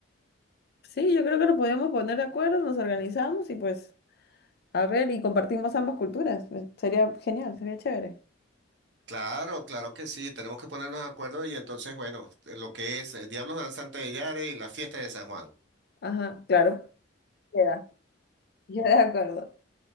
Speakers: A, on the left; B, on the right.
A: Sí, yo creo que nos podemos poner de acuerdo, nos organizamos y pues, a ver, y compartimos ambas culturas. pues, Sería genial, sería chévere.
B: Claro, claro que sí, tenemos que ponernos de acuerdo y entonces, bueno, lo que es eh, Diablos Danzantes de Yare y la fiesta de San Juan.
A: Ajá, claro. Queda, <laughs> queda de acuerdo.